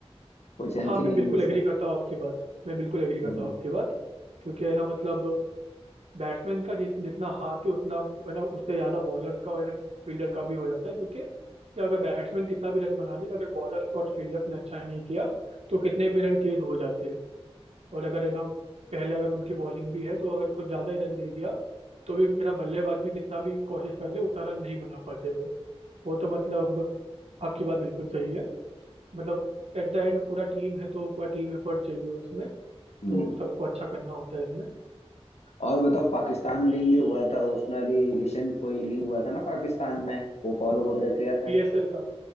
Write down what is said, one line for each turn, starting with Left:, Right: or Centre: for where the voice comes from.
Left: कोई सेंस
Right: हाँ मैं
Left: ही नहीं
Right: बिल्कुल
Left: है इसका
Right: एग्री करता हूँ आपकी बात मैं बिल्कुल एग्री करता
Left: हम्म
Right: हूँ आपकी बात क्योंकि है ना मतलब बैट्समैन का जिस जितना हाथ है उतना है ना उससे ज़्यादा बॉलर का और फील्डर का भी हो जाता है क्योंकि अगर बैट्समैन कितना भी रन बना ले अगर बॉलर और फील्डर ने अच्छा नहीं किया तो कितने भी रन चेज हो जाते हैं और अगर है ना पहले अगर उनकी बॉलिंग भी है तो अगर कुछ ज़्यादा ही रन दे दिया तो भी बिना बल्लेबाज भी कितना भी कोशिश कर ले उतना रन नहीं बना पाते वो वो तो मतलब आपकी बात बिल्कुल सही है मतलब एट द एंड पूरा टीम है तो पूरा टीम एफर्ट चाहिए उसमें
Left: हम्म।
Right: तो सबको अच्छा करना होता है इसमें
Left: और बताओ पाकिस्तान लिंग जो हुआ था उसमें अभी रिसेंट कोई लिंग हुआ था ना पाकिस्तान में वो फॉलो वगैरह किया था
Right: पीएसएल का